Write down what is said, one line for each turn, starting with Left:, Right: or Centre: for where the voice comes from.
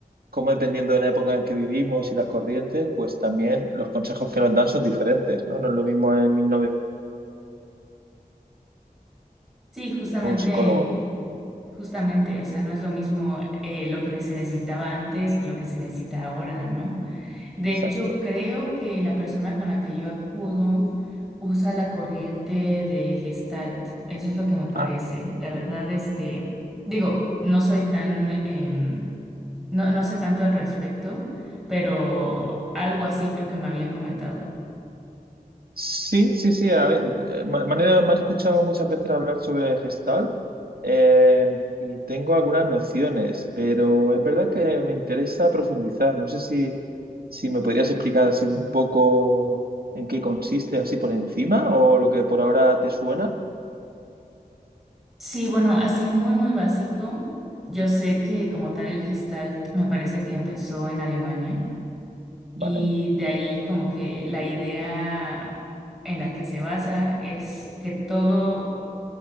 Right: cómo dependiendo de la época en que vivimos y las corrientes, pues también los consejos que nos dan son diferentes, ¿no? No es lo mismo en 1900
Centre: Sí, justamente,
Right: un psicólogo.
Centre: justamente, o sea, no es lo mismo eh, lo que se necesitaba antes que lo que se necesita ahora, ¿no? De
Right: Exacto.
Centre: hecho, creo que la persona con la que yo acudo usa la corriente de Gestalt, eso es lo que me parece.
Right: Ah,
Centre: La verdad, este, digo, no soy tan, em, no, no sé tanto al respecto, pero algo así creo que me habían comentado.
Right: sí, sí, sí. a ver, eh, ma- manera, me has escuchado muchas veces hablar sobre Gestalt eh, y tengo algunas nociones, pero es verdad que me interesa profundizar. No sé si, si me podrías explicar así un poco en qué consiste, así por encima, o lo que por ahora te suena.
Centre: Sí, bueno, así muy, muy básico. Yo sé que como tal el Gestalt me parece que empezó en Alemania
Right: Vale,
Centre: y de ahí como que la idea en la que se basa es que todo,